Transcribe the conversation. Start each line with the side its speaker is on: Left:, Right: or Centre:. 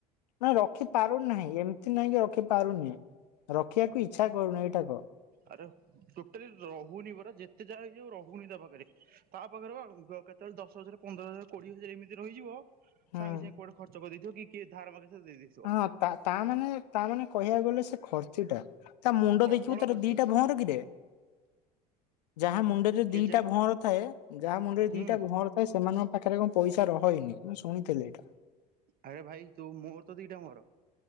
Left: ନା ରଖିପାରୁନି ନାହିଁ, ଏମତି ନାହିଁ କିି ରଖିପାରୁନି। ରଖିବାକୁ ଇଚ୍ଛା କରୁନୁ ଏଇଟା କହ।
Right: ଆରେ ଟୋଟାଲି ରହୁନି ପରା ଯେତେ ଯାହା ହେଇଯାଉ ରହୁନି ତାପାଖରେ। ତା ପାଖରେ ପା କେତେବେଳେ ଦଶ ହଜାର ପନ୍ଦର ହଜାର କୋଡିଏ ହଜାର ଏମିତି ରହିଯିବ
Left: ହୁଁ।
Right: ସାଙ୍ଗେ ସାଙ୍ଗେ କୁଆଡେ ଖର୍ଚ କରି ଦେଇଥିବ କି କିଏ ଧାର ମାଗିଥିବ ଦେଇଦେଇ
Left: ହଁ ତା ତା ମାନେ ତା ମାନେ କହିବାକୁ ଗଲେ ସେ ଖର୍ଚ୍ଚିଟା। ତାମୁଣ୍ଡ
Right: ପ୍ରବଳ
Left: ଦେଖିବୁ ତାର
Right: ଖର୍ଚ୍ଚ
Left: ଦିଟା ଭଅଁର କିରେ? ଯାହା ମୁଣ୍ଡରେ
Right: କେଜାଣି
Left: ଦିଟା ଭଅଁର ଥାଏ, ‌ ଯାହା ମୁଣ୍ଡରେ ଦିଟା
Right: ହୁଁ
Left: ଭଅଁର ଥାଏ ସେମାନେ ପାଖରେ କଣ ପଇସା ରହଏନି ମୁଁ ଶୁଣିଥିଲି ଏଇଟା।
Right: ଆରେ ଭାଇ ତୁ ମୋର ତ ଦିଟା ଭଅଁର।